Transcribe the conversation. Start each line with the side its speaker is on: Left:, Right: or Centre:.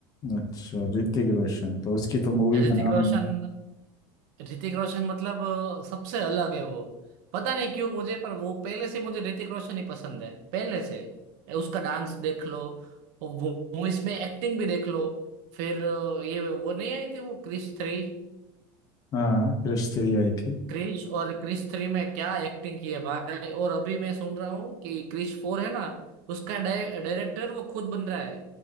Left: अच्छा ऋतिक रोशन तो उसकी तो मूवी का
Right: ऋतिक
Left: नाम
Right: रोशन ऋतिक रोशन मतलब अ, सबसे अलग है वो पता नहीं क्यों मुझे पर वो पहले से मुझे ऋतिक रोशन ही पसंद है पहले से ए, उसका डांस देख लो और वो मूवीज में एक्टिंग भी देख लो फिर अ, ये वो नहीं आई थी वो क्रिश थ्री
Left: हाँ क्रिश थ्री आई थी
Right: क्रिश और क्रिश थ्री में क्या एक्टिंग की है भाई और अभी मैं सुन रहा हूँ कि क्रिश फोर है ना उसका डाय- डायरेक्टर वो खुद बन रहा है